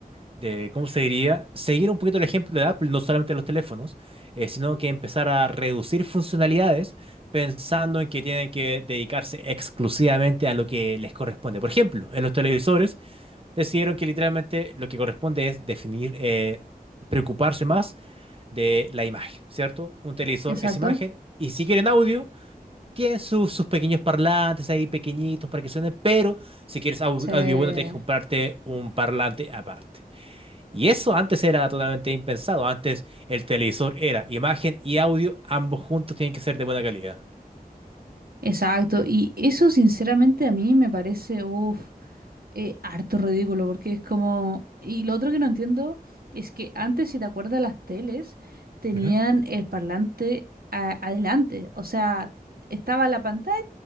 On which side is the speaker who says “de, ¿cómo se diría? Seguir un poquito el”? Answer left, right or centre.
Right